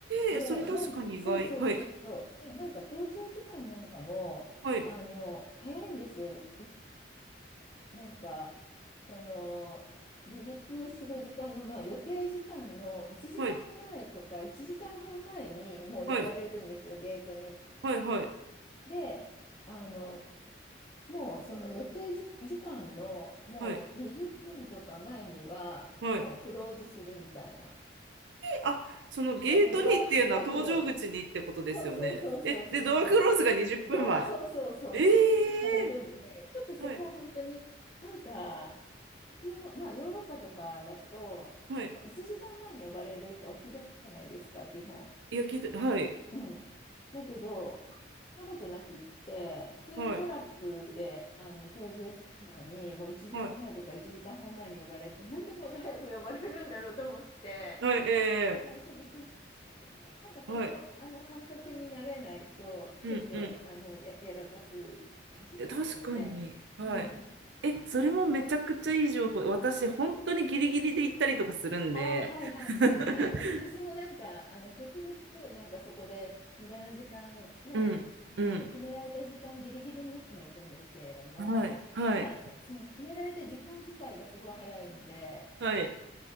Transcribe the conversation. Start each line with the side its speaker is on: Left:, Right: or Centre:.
Right: へえ、
Left: で、
Right: それ確かに意外。
Left: なんか、そうそうそうそう。
Right: はい。
Left: で、なんか搭乗時間なんかも、
Right: はい。
Left: あの、早いんですよ。なんか、その、離陸する時間の、まあ、予定時間の1時間前とか1時間半前にもう呼ばれるんですよ、
Right: はい。はい。
Left: ゲートに。
Right: はい。はい。
Left: で、あの、もうその予定時、時間のもう20分とか前にはもうクローズするみたいな。
Right: はい。はい。はい。あ、そのゲートにっていうのは搭乗口にってことですよね。
Left: ド、ドア、ドアクローズ。そうそうそうそうそうそ
Right: え、で、ドアクローズが20分前。
Left: う。ドア、そうそうそうそう。
Right: え
Left: されるんで、
Right: え
Left: ちょっとそこを本当になんか、
Right: ーはい、
Left: 普通の、まあ、ヨーロッパとかだと、
Right: はい。
Left: もう1時間前に呼ばれるってお気止めじゃないですか、基本。
Right: いや、聞いて、はい、
Left: うん。だけど、そんなことなくって、普通にタラップであの登場するのに、
Right: はい、
Left: もう1時間前とか1時間半前に呼ばれて、
Right: はい、
Left: なんでこんな早く呼ばれるんだろうと思って、
Right: はい、ええ
Left: 最初びっくりしたんだけど、なんかその、
Right: はい、
Left: あの感覚になれないと、
Right: うん、
Left: ちょっとあのや、
Right: うん。
Left: やらかすかもしれないので、
Right: え確かに、はい。
Left: うん。
Right: え、それもめちゃくちゃいい情報。私、本当にギリギリで行ったりとかするんで。
Left: ああ、はいはいはいはい。
Right: <laughs>
Left: 私もなんか、あの、極力、なんかそこで無駄な時間ね、
Right: うん、うん。
Left: あの、決められた時間ギリギリにいつも行くんですけれども、
Right: はい、はい、
Left: まあ、その決められた時間自体がすごい早いんで、
Right: はい。